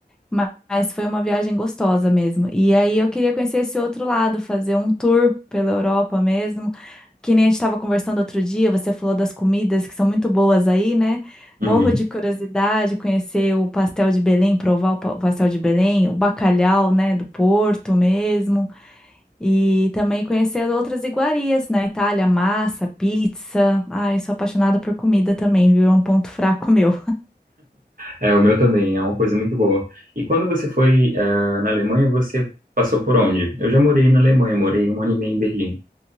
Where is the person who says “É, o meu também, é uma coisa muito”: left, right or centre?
Right